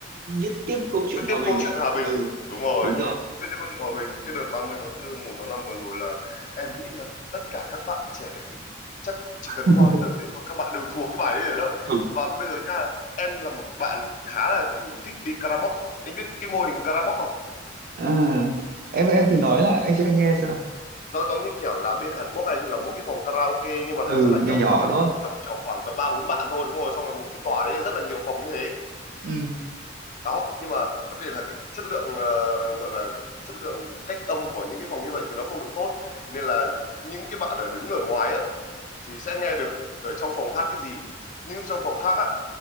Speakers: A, on the right; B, on the left.
A: viết tiếp câu chuyện
B: Viết tiếp
A: hòa bình
B: câu chuyện
A: à?
B: Hòa Bình,
A: Ừ,
B: đúng rồi.
A: đúng rồi.
B: Viết tiếp câu chuyện Hòa Bình, cái đợt ba mươi tháng 4, một tháng năm vừa rồi là em nghĩ là tất cả các bạn trẻ thì chắc chỉ cần
A: <laughs>
B: qua cái đợt đấy thôi các bạn đều thuộc cái bài đấy rồi đó.
A: Ừ.
B: Và bây giờ nha, em là một bạn khá là thỉnh, thích đi karaoke. Anh biết cái mô hình karaoke không?
A: À, em em thử nói lại anh cho anh nghe xem. nào.
B: Nó giống như kiểu là bên Hàn Quốc anh là một cái phòng karaoke nhưng mà nó
A: Ừ,
B: rất là nhỏ
A: nhỏ nhỏ đúng không?
B: tầm chỉ khoảng tầm ba bốn bạn thôi đúng rồi xong rồi một cái tòa đấy là rất là nhiều phòng như thế
A: Ừ,
B: đó nhưng mà vấn đề là cái chất lượng ờ, gọi là chất lượng cách âm của những cái phòng như vậy thì nó không được tốt nên là những cái bạn ở đứng ở ngoài á thì sẽ nghe được ở trong phòng hát cái gì nhưng trong phòng khác á